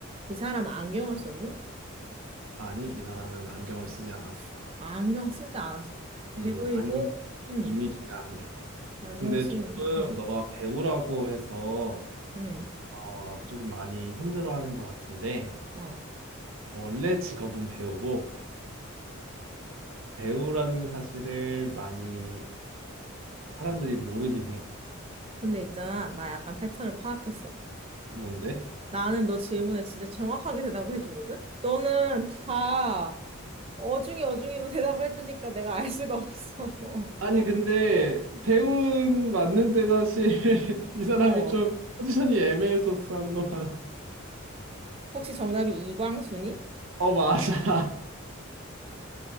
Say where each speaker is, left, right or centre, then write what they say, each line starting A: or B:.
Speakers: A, on the right; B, on the right.
A: 이 사람 안경을 썼니?
B: 아니, 이 사람은 안경을 쓰지 않았어.
A: 안경 쓰지 않았어. 배우이고,
B: 음, 안경
A: 음,
B: 이미지가 아니야.
A: 안경을
B: 근데
A: 쓰는,
B: 조금
A: 응.
B: 너가 배우라고 해서
A: 응,
B: 어, 조금 많이 힘들어하는 것 같은데
A: 어.
B: 원래 직업은 배우고 배우라는 사실을 많이 사람들이 모르긴 해.
A: 근데 있잖아, 나 약간 패턴을 파악했어.
B: 뭔데?
A: 나는 너 질문에 진짜 정확하게 대답을 해주거든? 너는 다 어중이 어중이로 <laughs> 대답을 해주니까 내가 알 수가 없어. <laughs>
B: 아니, 근데 배우는 맞는데 사실 <laughs> 이 사람이
A: 어.
B: 좀 포지션이 애매했었어, 한동안.
A: 혹시 정답이 이광순이?
B: 어, 맞아.